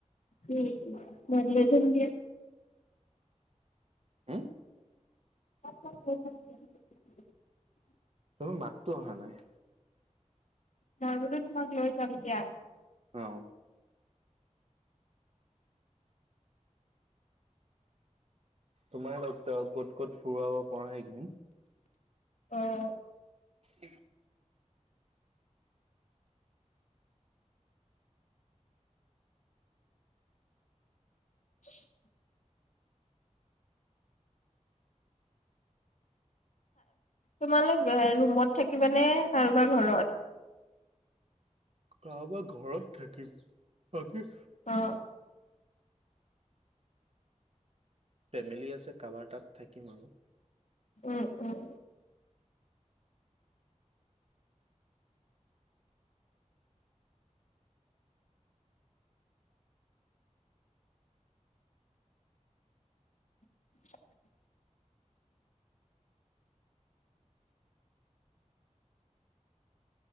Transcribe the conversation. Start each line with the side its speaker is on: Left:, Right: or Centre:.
Left: উম উ মনজনন দ
Right: হা?
Left: <unintelligible>
Right: তোমাৰ মাতটো অহা নাই?
Left: মই তোমাক লৈ যাম দিয়া।
Right: অঁ। তোমাৰ লগতো আৰু ক'ত ক'ত ফুৰাব পৰা এইকেইদিন।
Left: অঁ।
Right: উম।
Left: <unintelligible> তোমালোক ৰুমত থাকিবানে? কাৰোবাৰ ঘৰত
Right: কাৰোবাৰ ঘৰত থাকিম বাকি
Left: অ
Right: ফেমিলি আছে কাৰোবাৰ তাত থাকিম।
Left: উম উম। <unintelligible>